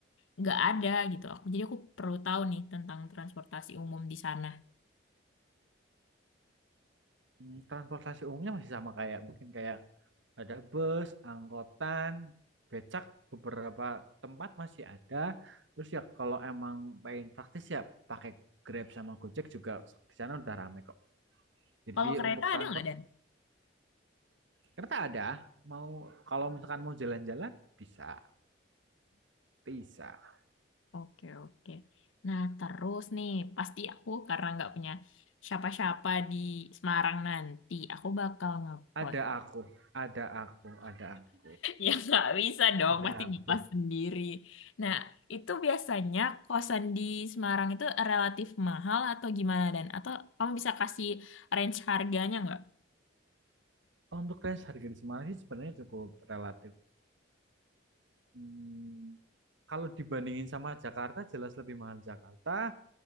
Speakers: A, on the left (about 80°); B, on the right (about 70°).
A: nggak ada gitu. Aku jadi aku perlu tahu nih tentang transportasi umum di sana.
B: mm, transportasi umumnya masih sama kayak mungkin kayak Ada bus, angkotan, becak beberapa tempat masih ada. Terus ya kalau emang pengen praktis ya pakai Grab sama Gojek juga di sana udah rame kok. Jadi
A: Kalau kereta
B: untuk transport
A: ada nggak Dan?
B: kereta ada. Mau kalau misalkan mau jalan-jalan bisa, bisa.
A: Oke oke. Nah terus nih pasti aku karena nggak punya siapa-siapa di Semarang nanti, aku bakal ngekos.
B: Ada
A: <laughs>
B: aku, ada aku, ada aku,
A: Ya nggak bisa dong,
B: ada
A: pasti ngekos
B: aku.
A: sendiri. Nah itu biasanya kosan di Semarang itu relatif mahal atau gimana Dan? Atau kamu bisa kasih range harganya nggak?
B: Untuk range harga di Semarang sih sebenarnya cukup relatif. Hmm, kalau dibandingin sama Jakarta jelas lebih mahal Jakarta.